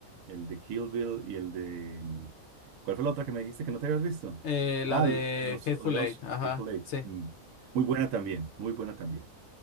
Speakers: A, on the right (about 75°); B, on the left (about 65°).
A: el de Kill Bill y el de... ¿Cuál fue la otra que me dijiste que no te habías visto?
B: Eh,
A: Ah,
B: la de
A: l- Los
B: Hateful
A: Odiados,
B: Eight, ajá,
A: Hateful Eight.
B: sí.
A: Mm. Muy buena también, muy buena también.